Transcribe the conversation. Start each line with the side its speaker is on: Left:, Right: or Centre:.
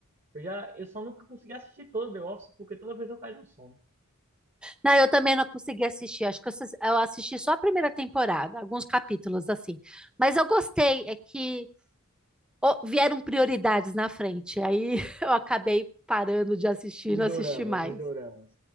Right: Eu já, eu só nunca consegui assistir todo The Office porque toda vez eu caio no sono.
Centre: Não, eu também não consegui assistir. Acho que eu assis- eu assisti só a primeira temporada, alguns capítulos assim. Mas eu gostei, é que ó, vieram prioridades na frente. Aí <laughs> eu acabei parando de assistir,
Right: Os
Centre: não
Right: doramas,
Centre: assisti mais.
Right: os doramas.